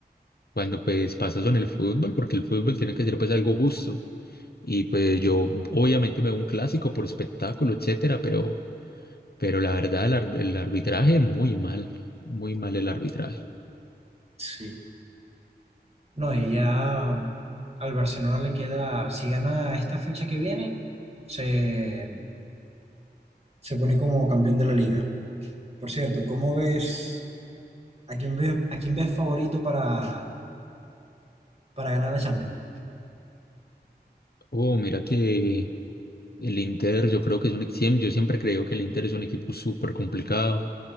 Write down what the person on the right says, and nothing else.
Sí. No, y ya al Barcelona le queda, si gana esta fecha que viene, se, se pone como campeón de la liga. Por cierto, ¿cómo ves, a quién ves, a quién ves favorito para, para ganar la Champions?